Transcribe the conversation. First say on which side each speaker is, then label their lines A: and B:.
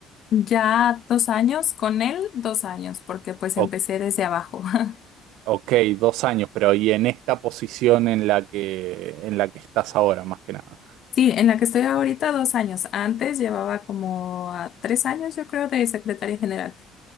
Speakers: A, on the left; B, on the right.
A: Ya dos años, con él dos años, porque pues
B: O-
A: empecé desde abajo. <laughs>
B: ok, dos años, pero ¿y en esta posición en la que, en la que estás ahora, más que nada?
A: Sí, en la que estoy ahorita dos años. Antes llevaba como a tres años, yo creo, de secretaria general.